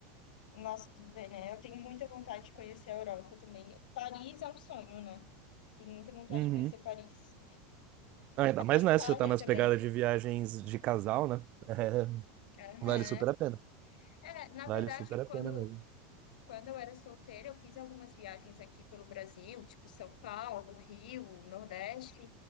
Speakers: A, on the left; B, on the right.
A: Nossa, tu vê, né? Eu tenho muita vontade de conhecer a Europa também. Paris é um sonho, né? Tenho muita vontade
B: Uhum.
A: de conhecer Paris.
B: Ainda
A: Mas
B: mais
A: a
B: nessa,
A: Itália
B: você tá nas
A: também.
B: pegadas de viagens de casal, né? É,
A: Aham.
B: vale super a pena.
A: É, na
B: Vale
A: verdade,
B: super a
A: quando,
B: pena mesmo.
A: quando eu era solteira, eu fiz algumas viagens aqui pelo Brasil, tipo São Paulo, Rio, Nordeste.